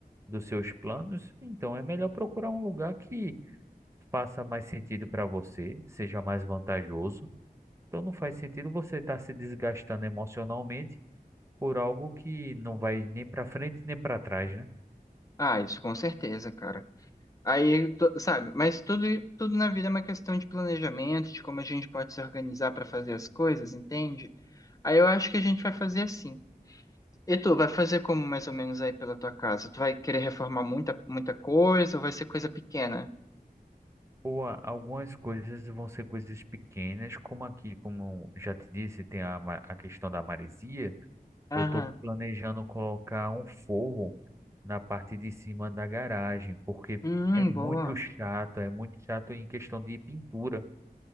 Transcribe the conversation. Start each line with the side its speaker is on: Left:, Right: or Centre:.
Right: dos seus planos. Então é melhor procurar um lugar que faça mais sentido para você, seja mais vantajoso Então não faz sentido você estar se desgastando emocionalmente por algo que não vai nem para frente nem para trás, né?
Left: ah, isso com certeza, cara. Aí, tu- sabe, mas tudo, tudo na vida é uma questão de planejamento, de como a gente pode se organizar para fazer as coisas, entende? Aí eu acho que a gente vai fazer assim. E tu, vai fazer como mais ou menos aí pela tua casa? Tu vai querer reformar muita, muita coisa ou vai ser coisa pequena?
Right: Ou a- algumas coisas vão ser coisas pequenas, como aqui, como eu já te disse, tem a, ma- a questão da maresia.
Left: Aham.
Right: Eu estou planejando colocar um forro na parte de cima da garagem, porque
Left: Hum,
Right: é muito
Left: boa.
Right: chato, é muito chato em questão de pintura.